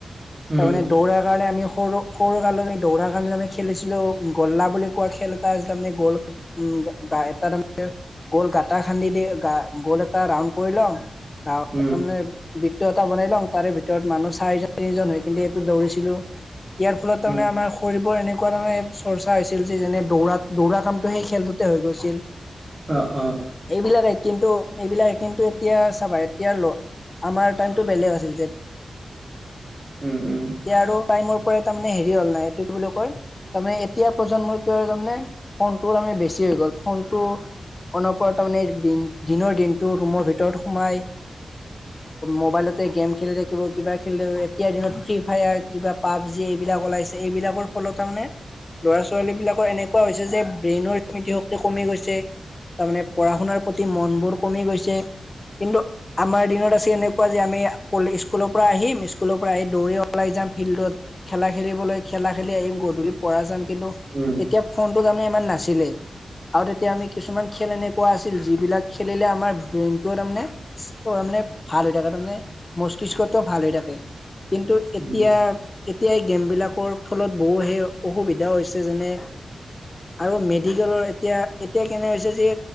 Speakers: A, on the right; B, on the left.
A: উম
B: তাৰমানে দৌৰাৰ কাৰণে আমি সৰু -সৰু কালি দৌৰাৰ কাৰণে আমি খেলিছিলো গল্লা বুলি কোৱা খেল এটা আছিল। তাৰমানে গল উ এটা তাৰে গল গাটা খান্দি দি গল এটা ৰাউণ্ড কৰি লওঁ।
A: উম
B: তাৰমানে বৃত্ত এটা বনাই লওঁ তাৰে ভিতৰত মানুহ চাৰিজন-তিনিজন হৈ কেনে এইটো দৌৰিছিলো ইয়াৰ ফলত তাৰমানে
A: উম
B: আমাৰ শৰীৰৰ এনে তেনেকুৱা চৰ্চা হৈছিল যি যেনে দৌৰা দৌৰা কামটো সেই খেলটোতে হৈ গৈছিল।
A: অ অ।
B: এইবিলাকে কিন্তু এইবিলাকে কিন্তু এতিয়া চাবা এতিয়া আমাৰ টাইমতটো বেলেগ আছিল। <unintelligible>
A: উম উম।
B: এতিয়া আৰু টাইমৰ পৰাই তাৰমানে হেৰি হ'ল, নাই এইটো বুলি কয় তাৰে এতিয়া প্ৰজন্মটো তাৰমানে ফোনটো তাৰমানে বেছি হৈ গ'ল, ফোনটো অন পৰা তাৰমানে দিনৰ দিনটো ৰুমৰ ভিতৰত সোমাই, মোবাইলতে গেম খেলি থাকিব কিবা খেলি থাকিব, এতিয়াৰ দিনত ফ্ৰী ফায়াৰ কিবা পাবজি এইবিলাক ওলাইছে এইবিলাকৰ ফলত তাৰমানে ল'ৰা ছোৱালীবিলাকৰ এনেকুৱা হৈছে যে ব্ৰেইনৰ স্মৃতিশক্তি কমি গৈছে, তাৰমানে পঢ়া শুনাৰ প্ৰতি মনবোৰ কমি গৈছে কিন্তু আমাৰ দিনত আছে এনেকুৱা যে আমি স্কুলৰ পৰা আহিম স্কুলৰ পৰা আহি দৌৰি ওলাই যাম ফিল্ডত খেলা খেলিবলৈ খেলা খেলি আহিম গধূলি পৰাা যাম কিন্তু
A: উম
B: এতিয়া ফোনটোত আমি মান নাছিলে আৰু তেতিয়া আমি কিছুমান খেল এনেকুৱা আছিল যিবিলাক খেলিলে আমাৰ ব্ৰেইনতটো তাৰমানে ভাল হৈ থাকে তাৰমানে মস্তিষ্কতটো ভাল হৈ থাকে কিন্তু এতিয়া
A: উম
B: এতিয়াই গেম বিলাকৰ ফলত বহু সেই অসুবিধা হৈছে যেনে আৰু মেডিকেলৰ এতিয়া এতিয়া কেনে হৈছে যে